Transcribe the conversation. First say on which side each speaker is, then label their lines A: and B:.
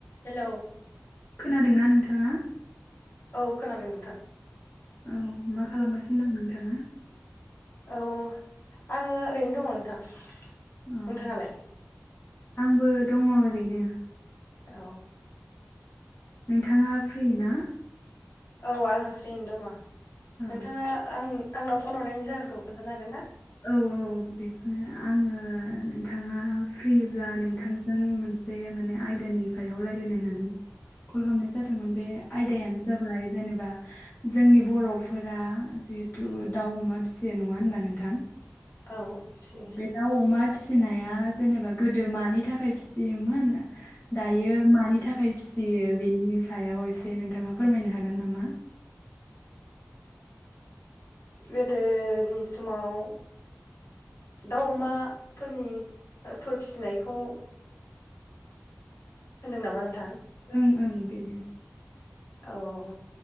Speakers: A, on the left (about 55°); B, on the left (about 35°).
A: हेल'
B: खोनादोंना नोंथाङा
A: औ खोनादों नोंथां
B: औ मा खालामगासिनो दं नोंथाङा
A: औ आङो ओरैनो दङ नोंथां
B: औ
A: नोंथाङालाय
B: आंबो दङ ओरैनो
A: औ
B: नोंथाङा फ्रि ना
A: औ आङो फ्रियैनो दङ
B: औ
A: नोंथाङा आं आंनाव फन हरनायनि जाहोनखौ खोन्थानो हागोन ना
B: औ औ बेखौनो आङो नोंथाङा फ्रिब्ला नोंथांजों मोनसे माने आयदानि सायाव रायजलायनो होननानै कल खालामनाय जादोंमोन बे आयदायानो जाबाय जेनेबा जोंनि बर'फोरा जिहेथु दाउ अमा फिसियो नङा होनबा नोंथां
A: औ खेबसे
B: बे दाउ अमा फिसिनाया जेनेबा गोदो मानि थाखाय फिसियोमोन दायो मानि थाखाय फिसियो बेनि सायाव एसे नोंथाङा फोरमायनो हागोन नामा
A: गोदोनि समाव दाउ अमाफोरनिफोर फिसिनायखौ होनदों नामा नोंथां
B: ओं ओं बेनो
A: औ